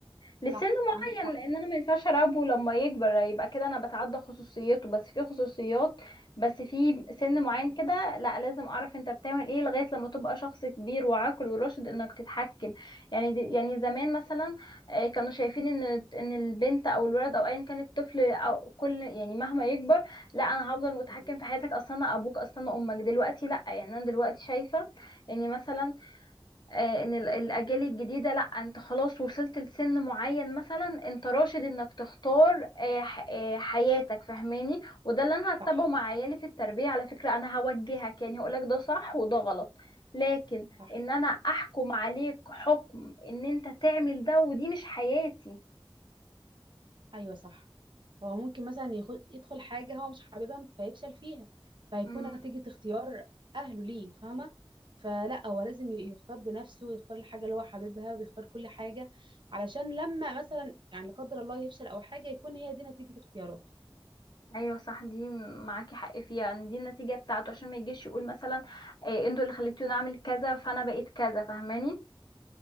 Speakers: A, on the left; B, on the right.
A: لسن
B: صح
A: معين
B: عندك حق
A: لان انا ما ينفعش اراقبه لما يكبر يبقى كده انا بتعدى خصوصيته بس في خصوصيات بس في سن معين كده لا لازم اعرف انت بتعمل ايه لغايه لما تبقى شخص كبير وعاقل وراشد انك تتحكم يعني دي يعني زمان مثلا آه، كانوا شايفين ان ان البنت او الولد او ايا كان الطفل او كل يعني مهما يكبر لا انا هفضل متحكم
B: يعني
A: في حياتك اصلا انا ابوك اصلا انا امك دلوقتي لا يعني انا دلوقتي شايفه اني مثلا آه، ان ال- الاجيال الجديده لا انت خلاص وصلت لسن معين مثلا انت راشد انك تختار آه، ح- آه، حياتك فهماني وده اللي انا هتبعه
B: صح
A: مع عيالي في التربيه على فكره انا هوجهك يعني هقولك ده صح وده غلط لكن
B: صح
A: ان انا احكم عليك حكم ان انت تعمل ده ودي مش حياتي
B: ايوه صح هو ممكن مثلا يخ- يدخل حاجة هو مش حاببها فيفشل فيها فهيكون
A: مم.
B: نتيجة اختيار أهله ليه فاهمة فلا هو لازم ي- يختار بنفسه ويختار الحاجة اللي هو حاببها ويختار كل حاجة علشان لما مثلا يعني لا قدر الله يفشل أو حاجة يكون هي دي نتيجة اختياراته
A: ايوه صح دي معاكي حق فيها يعني دي النتيجه بتاعته عشان ما يجيش يقول مثلا آه، انتوا اللي خليتوني اعمل كذا فانا بقيت كذا فاهماني